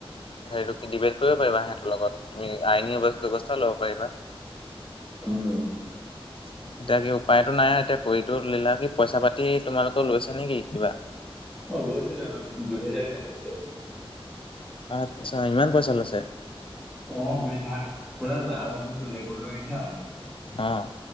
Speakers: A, on the left; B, in the centre.
A: হেৰিটো ডিবেট কৰিব পাৰিবা সিহঁতৰ লগত, তুমি আইনী ব্যৱস্থাও ল'ব পাৰিবা।
B: উম।
A: <inaudible> এতিয়া কি উপায়তো নাই আৰু এতিয়া কৰিতো ল'লা। কি পইচা পাতি তোমালোকে লৈছে নেকি কিবা?
B: অ' লৈছিলে, আমাৰ দুহেজাৰকে লৈ আছে।
A: আচ্ছা, ইমান পইচা লৈছে?
B: অ' বে, তাত শুনা না আমাৰ যোনটো লেবৰেটৰীত নাম
A: অ',